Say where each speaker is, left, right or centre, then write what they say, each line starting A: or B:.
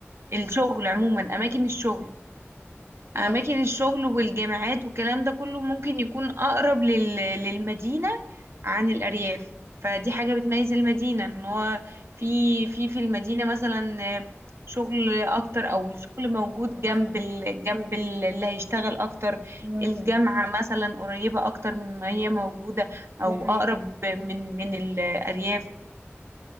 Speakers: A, on the right; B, on the right.
A: الشغل عموما اماكن الشغل
B: اه
A: اماكن الشغل والجامعات والكلام ده كله ممكن يكون اقرب لل... للمدينة عن الارياف فدي حاجة بتميز المدينة ان هو في في في المدينة مثلا شغل اكتر او الشغل موجود جنب
B: صح
A: ال... جنب ال- اللي هيشتغل اكتر
B: مم.
A: الجامعة مثلا قريبة اكتر ما هي موجودة او
B: دي حقيقة
A: اقرب من من الارياف